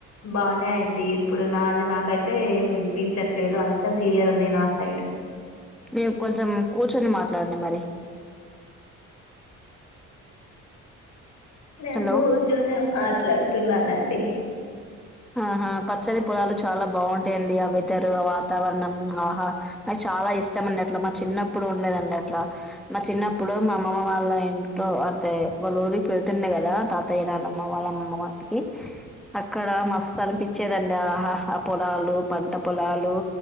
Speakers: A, on the left; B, in the centre.
A: బానే అయింది ఇప్పుడు నాది నాకైతే ఏమి వినిపించట్లేదు అంత క్లియర్ ఉంది నా సైడ్
B: మేము కొంచెం కూర్చొని మాట్ల దొండీ మరి
A: మేము
B: హలో
A: కూర్చొని మట్ల ట్లాడుతున్నానండి
B: ఆహా పచ్చని పొలాలు చాలా బావుంటాయిఅండి ఆ వెదర్ ఆ వాతావరణం ఆహా నాకు చాలా ఇష్టం అండి అట్ల మా చిన్నప్పుడు ఉండేదండి అట్ల మా చిన్నప్పుడు మా అమ్మమ్మ వాళ్ళ ఇంట్లో అంటే వాళ్ళ ఊరికి వెళ్తుండే కదా తాతయ్య నాన్నమ్మ వాళ్ళ అమ్మ వాల్ల ఇంటికి అక్కడ మా పించేదండి ఆహా పొలాలు పంట పొలాలు